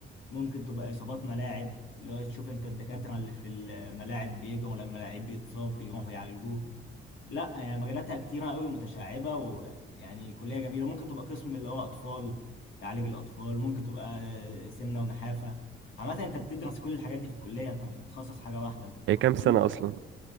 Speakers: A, on the left (about 70°); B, on the right (about 75°).
A: ممكن تبقى إصابات ملاعب اللي هو تشوف أنت الدكاترة اللي في الملاعب بيجوا لما لعيب بيتصاب بيروحوا يعالجوه لا هي مجالاتها كتيرة قوي متشعبة ويعني كلية جميلة ممكن تبقى قسم اللي هو أطفال تعالج الأطفال ممكن تبقى آه، سمنة ونحافة عامة أنت بتدرس كل الحاجات دي في الكلية أنت مش بتتخصص حاجة واحدة أنت بتاخد
B: هي كام
A: كله
B: سنة أصلا